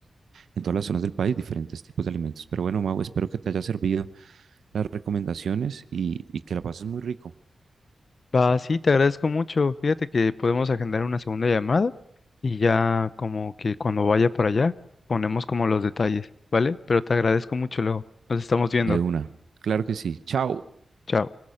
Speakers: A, on the right; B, on the left.
A: en todas las zonas del país, diferentes tipos de alimentos. Pero bueno, Mau, espero que te haya servido las recomendaciones y, y que la pases muy rico.
B: Va, sí, te agradezco mucho. Fíjate que podemos agendar una segunda llamada y ya como que cuando vaya para allá ponemos como los detalles, ¿vale? Pero te agradezco mucho, luego. Nos estamos viendo.
A: De una. Claro que sí. Chao.
B: Chao.